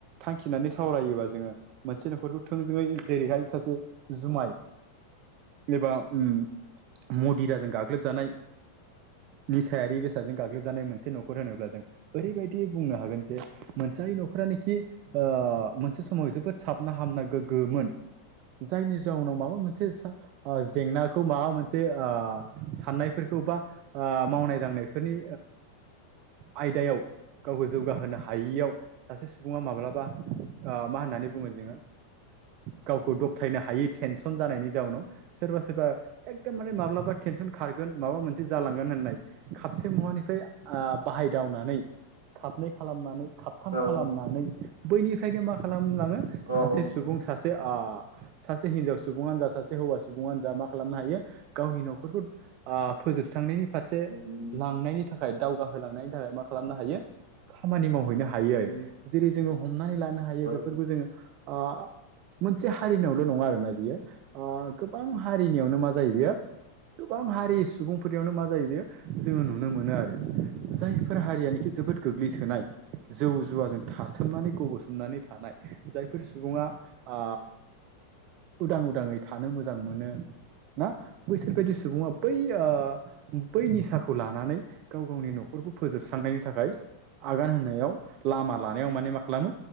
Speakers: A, on the right; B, on the right.
A: थांखिनानै सावरायोबा जोङो मोनसे न'खरखौ थोंजोङै जेरैहाय सासे जुमाय एबा उम मदिराजों गाग्लोब जानाय। निसायारि बेसादजों गाग्लोब जानाय मोनसे न'खर होनोब्ला जों ओरैबायदि बुंनो हागोन जे मोनजाय न'खरानिखि मोनसे समाव जोबोद साबना हामना गोग्गोमोन जायनि जाउनाव माबा मोनसे जेंनाखौ माबा मोनसे साननायफोरखौ बा मावनाय दांनायफोरनि आयदायाव गावखौ जौगाहोनो हायियाव सासे सुबुङा माब्लाबा मा होननानै बुङो जोङो गावखौ दबथायनो हायि टेनसन जानायनि जाउनाव सोरबा सोरबा एकदम मारे माब्लाबा टेनसन खारगोन माबा मोनसे जालांगोन होननाय खापसे मुवानिफ्राय बाहायदावनानै खाबनै खालामनानै खाबथाम
B: औ
A: खालामनानै बैनिफ्रायनो मा खालामलाङो
B: औ
A: सासे सुबुं सासे सासे हिनजाव सुबुङानो जा सासे हौवा सुबुङानो जा मा खालामनो हायो गावनि न'खरखौ ओ फोजोबस्रांनायनि फारसे
B: उम
A: लांनायनि थाखाय दावगाहोलांनायनि थाखाय मा खालामनो हायो खामानि मावहैनो हायो
B: उम
A: आरो जेरै जोङो हमनानै लानो हायो
B: औ
A: बेफोरखौ जोङो ओ मोनसे हारिनियावल' नङा आरोना बियो ओ गोबां हारिनियावनो मा जायो बेयो गोबां हारि सुबुंफोरयावनो मा जायो बेयो जोङो नुनो मोनो आरो जायफोर हारियानोखि जोबोद गोग्लैसोनाय। जौ जुवाजों थासोमनानै गब'सोमनानै थानाय जायफोर सुबुङा ओ उदां उदाङै थानो मोजां मोनो ना बैसोरबायदि सुबुङा बै ओ बै निसाखौ लानानै गाव गावनि न'खरखौ फोजोबस्रांनायनि थाखाय आगान होनायाव लामा लानायाव माने मा खालामो